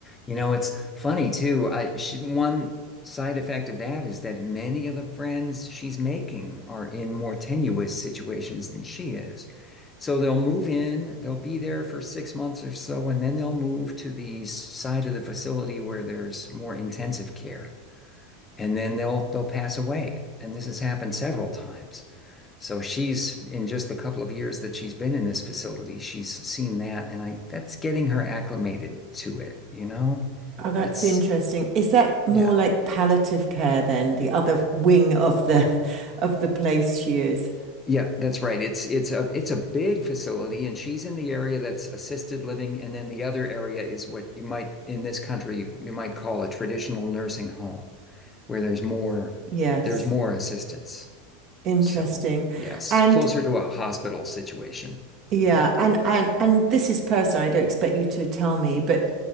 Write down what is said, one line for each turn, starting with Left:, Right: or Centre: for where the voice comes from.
Left: you know, it's funny too. I she, one side effect of that is that many of the friends she's making are in more tenuous situations than she is. So they'll move in, they'll be there for six months or so, and then they'll move to the side of the facility where there's more intensive care, and then they'll they'll pass away. And this has happened several times. So she's in just the couple of years that she's been in this facility, she's seen that, and I that's getting her acclimated to it, you know?
Right: Oh, that's
Left: It's
Right: interesting. Is that more
Left: yeah.
Right: like palliative care then, the other wing of the of the place she is?
Left: Yeah, that's right. It's it's a it's a big facility and she's in the area that's assisted living and then the other area is what you might in this country you might call a traditional nursing home where there's more
Right: Yes.
Left: there's more assistance.
Right: Interesting.
Left: So, yes,
Right: And
Left: closer to a hospital situation.
Right: yeah,
Left: Yeah.
Right: and and and this is personal. I don't expect you to tell me, but